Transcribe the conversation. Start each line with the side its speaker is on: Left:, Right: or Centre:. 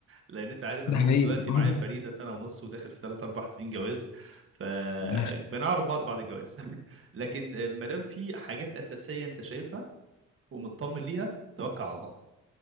Right: لان انت عارف انا
Left: ده
Right: هو
Left: حقيقي
Right: دلوقتي
Left: <laughs>
Right: معايا فريده سنه ونص وداخل في ثلاث اربع سنين جواز فبنعرف
Left: من الآخر
Right: بعض بعد الجواز <laughs> لكن ما دام في حاجات اساسيه انت شايفها ومطمن ليها توكل على الله